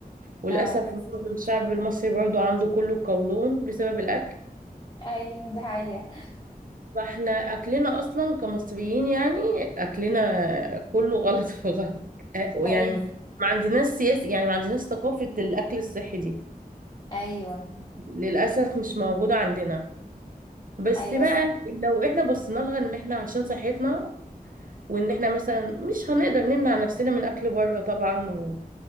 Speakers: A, on the right (about 60°); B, on the left (about 25°).
A: وللاسف
B: اه
A: معظم الشعب المصري برضو عنده كله القولون بسبب الاكل
B: ايوه دي حقيقة
A: فاحنا اكلنا اصلا كمصريين يعني اكلنا كله غلط في غلط آه،
B: ايوه
A: يعني ما عندناش سياسة يعني ما عندناش ثقافه الاكل الصحي دي
B: ايوه
A: للاسف مش موجوده عندنا بس
B: ايوه
A: بقى لو احنا بصينا لها ان احنا عشان صحتنا وان احنا مثلا مش هنقدر نمنع نفسنا من اكل بره طبعا و...